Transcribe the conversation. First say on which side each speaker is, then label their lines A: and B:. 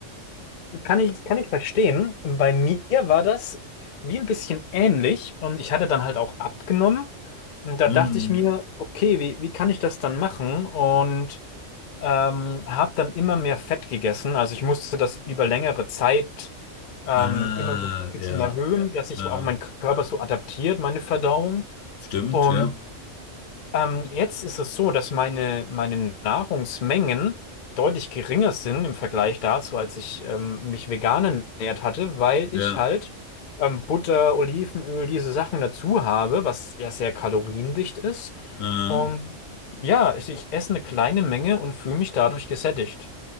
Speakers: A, on the left; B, on the left.
A: Kann ich, kann ich verstehen. Bei mir war das wie ein bisschen ähnlich und ich hatte dann halt auch abgenommen. Und da
B: Mhm.
A: dachte ich mir, okay, wie, wie kann ich das dann machen? Und ähm, habe dann immer mehr Fett gegessen. Also ich musste das über längere Zeit ähm,
B: Ah,
A: immer so ein bisschen
B: ja,
A: erhöhen, dass sich
B: äh,
A: auch mein Körper so adaptiert, meine Verdauung.
B: stimmt,
A: Und
B: ja,
A: ähm, jetzt ist es so, dass meine, meine Nahrungsmengen deutlich geringer sind im Vergleich dazu, als ich ähm, mich vegan ernährt hatte, weil
B: ja.
A: ich halt ähm, Butter, Olivenöl, diese Sachen dazu habe, was ja sehr kaloriendicht ist.
B: Äh.
A: Und ja, ich, ich esse eine kleine Menge und fühle mich dadurch gesättigt.